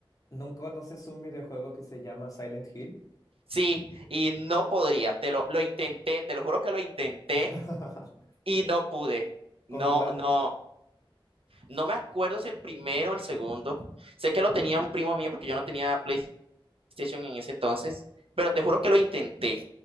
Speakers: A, on the left; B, on the right.
A: ¿No conoces un videojuego que se llama Silent Hill?
B: Sí, y no podría, te lo, lo intenté, te lo juro que lo intenté
A: <laughs>
B: y no pude. No,
A: ¿Con cuál?
B: no, no me acuerdo si el primero o el segundo. Sé que lo tenía un primo mío porque yo no tenía PlayStation en ese entonces, pero te juro que lo intenté